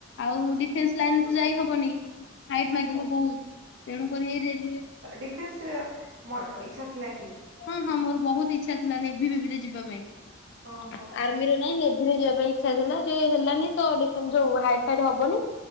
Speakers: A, on the left (about 60°); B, on the right (about 65°).
A: ଆଉ
B: ହଁ
A: ଡିଫେନ୍ସ ଲାଇନ ରେ ତ ଯାଇ ହବନି। ହାଇଟ୍
B: ହୁଁ
A: ମାଗିବ ବହୁତ ତେଣୁକରି ଏଇ ରେଲୱେ
B: ଡିଫେନ୍ସରେ ମୋ ଇଚ୍ଛା ଥିଲା କି?
A: ହୁଁ ହୁଁ ମୋର ବହୁତ ଇଚ୍ଛା ଥିଲା ନେଭି ଫେଭିରେ ଯିବା ପାଇଁ
B: ଓହୋ
A: ଆର୍ମି ରେ ନାଇଁ ନେଭିରେ ଯିବା ପାଇଁ ଇଚ୍ଛା ଥିଲା ଯେ ହେଲାନି ତ ଡିଫେନ୍ ଯୋଉ ହାଇଟ ଫାଇଟ ହବନି।